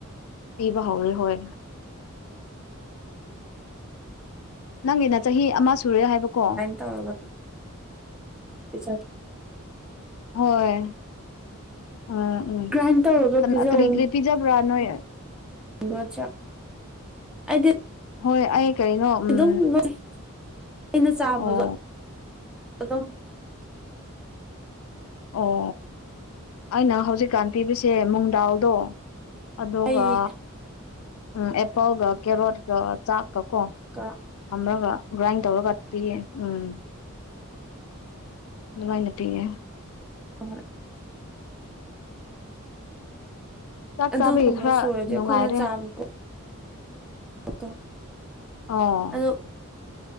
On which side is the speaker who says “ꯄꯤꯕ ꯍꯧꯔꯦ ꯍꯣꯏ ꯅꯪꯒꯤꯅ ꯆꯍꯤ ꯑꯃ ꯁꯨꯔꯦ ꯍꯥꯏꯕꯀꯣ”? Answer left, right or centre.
Left